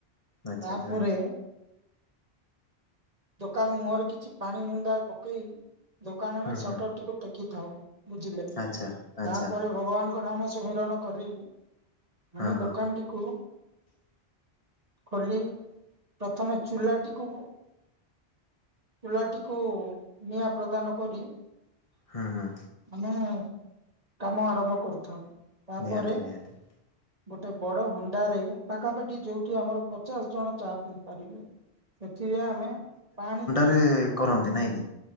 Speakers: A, on the left (about 35°); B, on the right (about 35°).
A: ଆଚ୍ଛା
B: ତାପରେ
A: ଆଚ୍ଛା
B: ଦୋକାନ ମୁହଁରେ କିଛି ପାଣି ମୁନ୍ଦା ପକେଇ ଦୋକାନ ର
A: ହୁଁ
B: ସଟରଟିକୁ
A: ହୁଁ
B: ଟେ କିଥାଉ। ବୁଝିଲେ
A: ଆଚ୍ଛା ଆଚ୍ଛା
B: ତାପରେ ଭଗବାନ ଙ୍କ ନାମ ସୁମରଣ କରି
A: ହଁ
B: ଆମେ ଦୋକାନଟିକୁ
A: ହଁ
B: ଖୋଲି ପ୍ରଥମେ ଚୁଲାଟିକୁ ଚୁଲାଟିକୁ ନିଆଁ ପ୍ରଦାନ କରି
A: ହୁଁ ହୁଁ
B: ମାନେ କାମ ଆରମ୍ଭ କରୁଥାଉ। ତାପରେ
A: ନିହାତି ନିହାତି।
B: ଗୋଟେ ବଡ ହଣ୍ଡାରେ ପାଖାପାଖି ଯୋଉଠି ଆମର ପଚାଶ ଜଣ ଚା ପିଇ ପାରିବେ। ସେଥିରେ ଆମେ ପାଣି
A: ରେ କରନ୍ତି ନାଇଁ କି